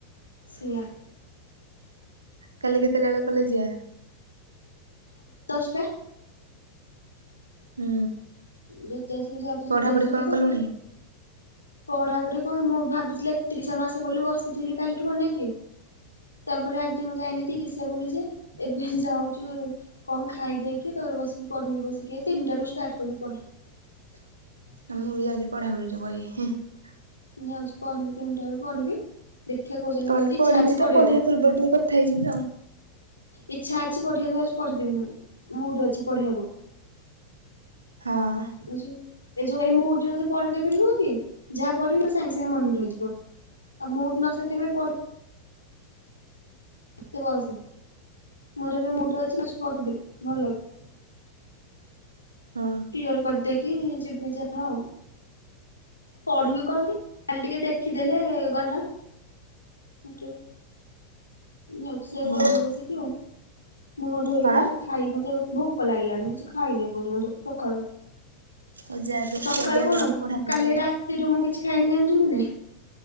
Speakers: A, on the left; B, on the right.
A: ସେଇଆ।
B: କାଲି କେତେଟାବେଳକୁ କଲେଜ ଯିବା?
A: ଟା
B: ହୁଁ।
A: ଯୋଉ ତେଶ ବି ଯାଉ ସେ
B: ପଢାପଢି
A: ତେଇଶିକ
B: କଣ
A: ତ
B: କଲୁଣି
A: ପଢା ପଢ଼ି କଣ ମୁଁ ଭାବିଥିଲି ଏକତିରିଶିଆ ମାସ ବୋଲି ବସିଥିଲି କାଲିଠୁ ଅନେଇକି। ତାପରେ ଆଜି ମୁଁ ଜାଇଁଲିି ତିରିସିଆ ବୋଲି ଯେ ଏବେ ଯାଉଛୁ କଣ ଖାଇଦେଇେଇକି ତ ଉପରେ ବସିକି ପଢିବି ବସିକି ତିନିଟାରୁ ଷ୍ଟାର୍ଟ କରିବି ପଢା।
B: ଏ ମୁଁ ବି ଯାଉଛି ପଢାପଢି ଟିକେ କରିବି ହିଁ।
A: ଯାଉଛି ପଢିବି ତିନିଟା ବେଳକୁ ପଢିବି ଦେଖିବା କୋଉ ଯାଏଁ
B: କହିଲି
A: ଯାଉଛି
B: ପଢିବି
A: ଇଛା ଅଛି
B: ତ
A: ପଢିବାକୁ।
B: ପଢିବା ପୂର୍ବରୁ ଟିକେ କଥା ହେଇଯିବି ଆଉ।
A: ଇଚ୍ଛା ଅଛି ପଢିବାକୁ ଯାଉଛି ପଢିଦେବି ମୁଁ ମୁଡ ଅଛି ପଢିବାକୁ।
B: ହଁ
A: ଯାଉଚି, ଏ ଯୋଉ ଏଇ ମୁଡରେ ଯଦି ପଢେଇଦେବି ନୁହଁକି ଯାହା ପଢିବି ପୁରା ସାଙ୍ଗେ ସାଙ୍ଗେ ମନେ ରହିଯିବ। ଆଉ ମୁଡ୍ ନଥିବା ଟାଇମ ରେ ପ ତୁ ବସେ ମୋର ଏବେ ମୁଡ ଅଛି ଯାଉଛି ପଢ଼ିଦେବି ଭଲ କି।
B: <inaudible> ହୁଁ
A: କ୍ଲିଅର କରିଦେଇକି ଯିବି ଯାହା ଆଉ। ପଢିବି କଣକି ଖାଲି ଟିକେ ଦେଖିଦେଲେ ଗଲା। ମତେ। ଯାଉଛି ସେଇଆ
B: ହୁଁ
A: କରିବି ବସିକି ଆଉ। ମୁହଁ ଧୋଇକି
B: କଣ?
A: ଯାଉଛି ଖାଇବି ମତେ ଭୋକ ଲାଗିଲାଣି କିଛି ଖାଇନି ଏପର୍ଯ୍ୟନ୍ତ ସଖାଳୁ।
B: ହଉ ଯା ତୁ
A: ସଖାଳୁ
B: ଖିଆପିଆ
A: କଣ
B: କରିକି ପଢାପଢି
A: କାଲି ରାତିରୁ ମୁଁ କିଛି ଖାଇନି ଜାଣିଛୁ କି ନାଇଁ।